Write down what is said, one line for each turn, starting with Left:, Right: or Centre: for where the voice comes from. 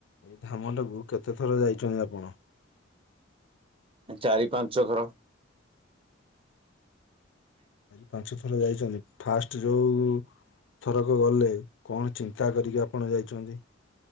Left: ଧାମଟାକୁ କେତେ ଥର ଯାଇଚନ୍ତି ଆପଣ?
Right: ଚାରି ପାଞ୍ଚ ଘର।
Left: ପାଞ୍ଚ ଥର ଯାଇଚନ୍ତି। ଫାଷ୍ଟେ ଯୋଉ ଥରକ ଗଲେ କଣ ଚିନ୍ତା କରିକି ଆପଣ ଯାଇଛନ୍ତି।